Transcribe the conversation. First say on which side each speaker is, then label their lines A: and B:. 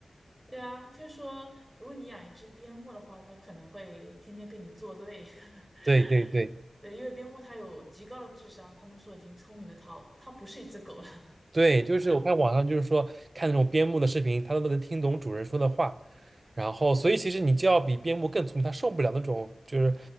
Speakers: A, on the right; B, on the right.
A: 对啊，就是说，如果你养一只边牧的话，它可能会天天跟你作对。<laughs>
B: 对对对
A: 对，因为边牧它有极高的智商，他们说已经聪明的它，它不是一只狗了。
B: 对，就是我看网上就是说看那种边牧的视频，它都能听懂主人说的话，然后所以其实你就要比边牧更聪明，它受不了那种就是